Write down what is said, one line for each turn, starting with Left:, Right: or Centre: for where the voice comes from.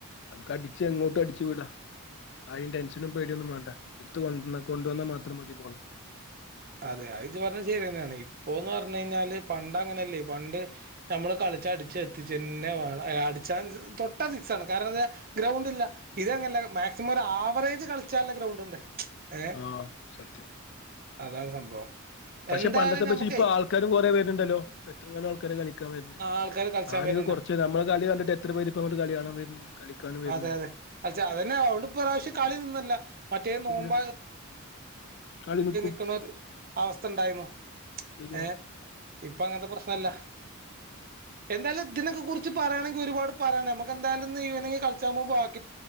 Left: നമുക്ക് അടിച്ചച്ച് എങ്ങോട്ടും അടിച്ചു വിടാ ആരിം ടെൻഷനും പേടിയും ഒന്നും മാറ്റ എടുത്ത കൊ കൊണ്ട വന്നാ മാത്രം മതി ബോള്
Right: അതെ അഎ ജ്ജ് പറഞ്ഞ ശരി തന്നെയാണ് ഇപ്പോ എന്ന് പറഞ്ഞഞ് കഴിഞ്ഞാല് പണ്ട് അങ്ങനെയല്ലേ പണ്ട് നമ്മള് കളിച്ച അടിച്ച എത്തിച്ചെന്നെ അടിച്ചാ തൊട്ടാ സിക്സ്ണ് കാരണം എ ഗ്രൗണ്ട് ഇല്ല ഇതങ്ങനല്ല മാക്സിമം ഒരു ആവറേജ് കളിച്ചല്ല ഗ്രൗണ്ട് ഉണ്ട് ഏഹ്
Left: ആഹ സത്യം
Right: അതാണ് സംഭവം
Left: പക്ഷെ
Right: എന്തായാലും
Left: പണ്ടത്തെ പക്ഷ
Right: നമുക്കേ
Left: ഇപ്പൊ ആൾക്കാരും കൊറെേ പേരുണ്ടല്ലോ ഇ എത്ര കം ആൾക്കാര കളിക്കാൻ വരുന്ന
Right: ആൾക്കാര് കളിച്ചാൻ
Left: ആദ്യ
Right: വരുന്നുണ്ട്
Left: കൊറച്ച് നമ്മളെ കളി കണ്ടിട്ട് എത്ര പേര്പ്പ അങ്ങോട്ട് കളി കാണാൻ വരുന്നുണ്ട് കളിക്കാനും വരുന്നുണ്ട്
Right: അതെ അതെ കളിച്ച അതന്നെ അതുകൊണ്ട് ഇപ്രാവശ്യം കളി നിന്നില്ല മറ്റേ നോമ്പ
Left: ഇല്ല കളിക്കും
Right: <unintelligible> ണ്ടായിന്നോ
Left: ശരിയാണ്
Right: ഏ ഇപ്പൊ അങ്ങനത്തെ പ്രശ്നല്ല എന്തായാലും ഇതിനെക്കെ കുറിച്ച് പറയാണെങ്കി ഒരുപാട് പറയാണ്ട് നമ്മക്ക് എന്തായാലുംന്ന് ഈവനിങ് കളിച്ചാ പോകുമ്പോ ബാ